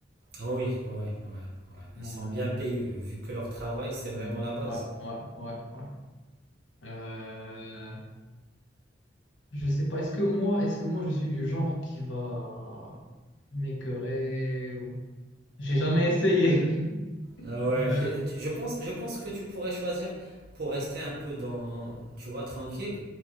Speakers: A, on the right; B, on the left.
A: Ah Oui, ouais, ouais, ouais.
B: Euh,
A: Ils sont bien payés, euh, vu que leur travail, c'est vraiment
B: hmm.
A: la base.
B: ouais, ouais, ouais, ouais. Euh, je sais pas, est-ce que moi, est-ce que moi, je suis du genre qui va m'écœurer ou... J'ai jamais essayé
A: Ah
B: <laughs>
A: ouais,
B: de...
A: <laughs> tu- je pense, je pense que tu pourrais choisir pour rester un peu dans, tu vois, tranquille,